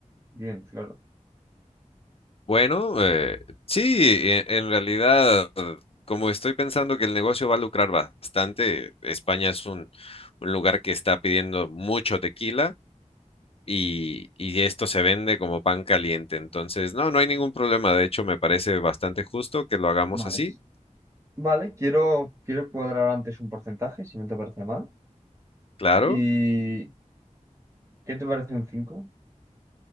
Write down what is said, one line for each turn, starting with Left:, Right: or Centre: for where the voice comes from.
Right: bien, claro.
Left: Bueno, eh, sí, e- en realidad, como estoy pensando que el negocio va a lucrar bastante, España es un, un lugar que está pidiendo mucho tequila y, y esto se vende como pan caliente. Entonces, no, no hay ningún problema. De hecho, me parece bastante justo que lo hagamos
Right: Vale.
Left: así,
Right: Vale, quiero, quiero cuadrar antes un porcentaje, si no te parece mal.
Left: claro.
Right: ¿Y qué te parece un cinco